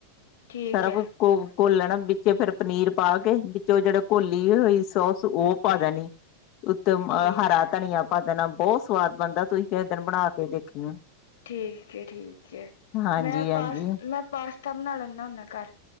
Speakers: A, on the left; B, on the left.
A: ਠੀਕ
B: ਸਾਰਾ
A: ਹੈ
B: ਕੁਛ ਘ ਘੋਲਣ ਵਿੱਚ ਫੇਰ ਪਨੀਰ ਪਾ ਕੇ ਵਿੱਚ ਉਹ ਜਿਹੜੇ ਘੋਲੀ ਹੋਈ, ਸੋਸ ਉਹ ਪਾ ਦੇਣੀ। ਉੱਤੇ ਅ
A: ਠੀਕ ਠੀਕ
B: ਹਰਾ ਧਨੀਆ ਪਾ ਦੇਣਾ ਬਹੁਤ ਸਵਾਦ ਬਣਦਾ, ਤੁਸੀਂ ਕਿਸੇ ਦਿਨ ਬਣਾ ਕੇ ਦੇਖੀਓ।
A: ਠੀਕ ਹੈ ਠੀਕ ਹੈ,
B: ਹਾਂਜੀ
A: ਮੈਂ
B: ਹਾਂਜੀ
A: ਪਾਸ ਮੈਂ ਪਾਸਤਾ ਬਣਾ ਲੈਂਦਾ ਹੁੰਦਾ ਘਰ